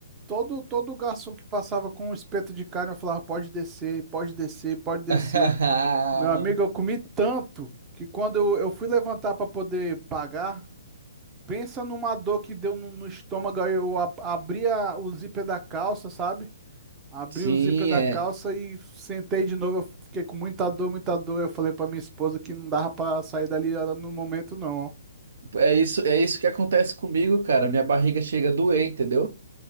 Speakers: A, on the right; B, on the right.
A: Todo, todo garçom que passava com um espeto de carne, eu falava, pode descer, pode descer, pode descer.
B: <laughs>
A: Meu amigo, eu comi tanto que quando eu, eu fui levantar para poder pagar, pensa numa dor que deu no, no estômago. aí Eu ab- abri a- o zíper da calça, sabe? Abri
B: Sim,
A: o zíper da
B: é,
A: calça e sentei de novo. Eu fiquei com muita dor, muita dor. Eu falei para minha esposa que não dava para sair dali ah, no momento, não.
B: é isso, é isso que acontece comigo, cara. Minha barriga chega a doer, entendeu?